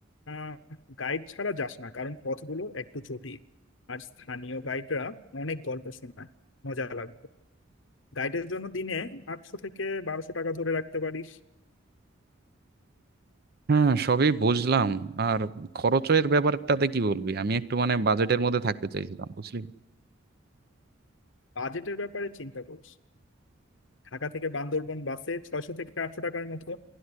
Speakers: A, on the left (about 70°); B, on the right (about 50°).
A: আহ গাইড ছাড়া যাস না কারণ পথগুলো একটু জটিল আর স্থানীয় গাইডরা অনেক গল্প শোনায় মজা লাগবে গাইডের জন্য দিনে আটশো থেকে বারোশো টাকা ধরে রাখতে পারিস
B: হ্যাঁ সবই বুঝলাম আর খরচের ব্যাপারটাতে কি বলবি আমি একটু মানে বাজেটের মধ্যে থাকতে চাইছিলাম বুঝলি
A: বাজেটের ব্যাপারে চিন্তা করিস ঢাকা থেকে বান্দরবন বাসে ছয়শো থেকে আটশো টাকার মতো